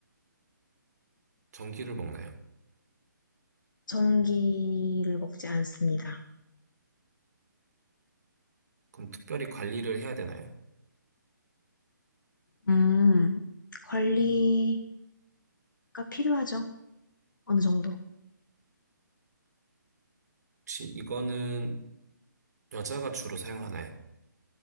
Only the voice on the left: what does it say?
전기를 먹지 않습니다.
음, 관리가 필요하죠. 어느 정도.